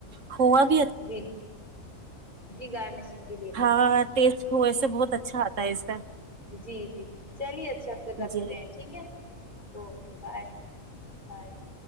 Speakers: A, on the right; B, on the left.
A: کھووا بھی
B: ہے
A: اچا
B: جی جی گارنی سنگ کے بھی
A: ہاں ٹیس ہو ای سے بہت اچھا آتا ہے اس کا
B: جی چلیے اچھا اچھا پھر رکھتے
A: جی
B: ہیں ٹھیک ہے اوکے بائے بائے